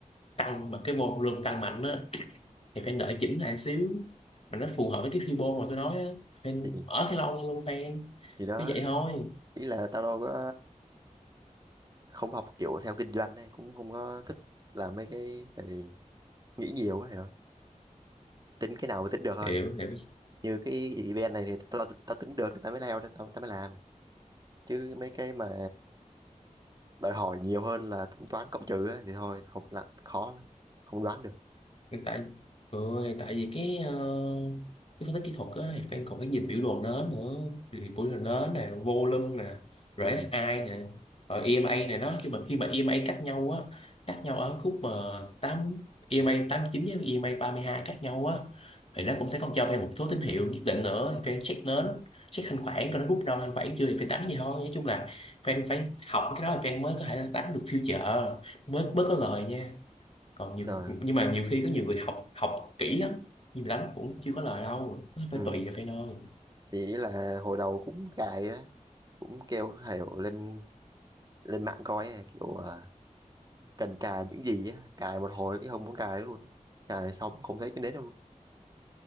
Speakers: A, on the left; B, on the right.
A: tăng mà cái vol room tăng mạnh á thì fan đợi chỉnh lại xíu mà nó phù hợp với cái fibo mà tôi nói á fan
B: thì
A: ở cái lon luôn fan
B: thì đó
A: cứ vậy thôi
B: ý là tao đâu có không học kiểu theo kinh doanh này cũng không có thích làm mấy cái thì nghĩ nhiều quá hiểu không? tính cái nào mà tính được thôi
A: hiểu hiểu
B: như cái event này thì tao tao tính được thì tao mới lao ra tao tao mới làm chứ mấy cái mà đòi hỏi nhiều hơn là tính toán cộng trừ á, thì thôi không là khó lắm không đoán được
A: hiện tại ừ, thì tại vì cái ờ, cái phân tích kỹ thuật á thì fan còn phải nhìn biểu đồ nến nữa thì biểu đồ nến nè volume nè RSI
B: ừ
A: nè rồi EMA này nó khi mà khi mà EMA cách nhau á cách nhau ở khúc mà tám EMA chín với EMA hai cách nhau á thì nó cũng sẽ còn cho fan một số tín hiệu nhất định nữa thì fan check nến check thanh khoản coi nó rút đâu thanh khoản chưa thì fan đánh gì thôi nói chung là fan phải học cái đó là fan mới có thể đánh được future mới mới có lời nha còn nhiều
B: trời
A: nhưng
B: ơi.
A: mà nhiều khi có nhiều người học học kỹ lắm nhưng mà đánh cũng chưa có lời đâu nó phải
B: ừ
A: tùy vào phe nơi
B: thì ý là hồi đầu cũng cài đó cũng kêu hiểu lên lên mạng coi á, kiểu à, cần cài những gì á cài một hồi cái không muốn cài nữa luôn cài xong không thấy cái nến đâu luôn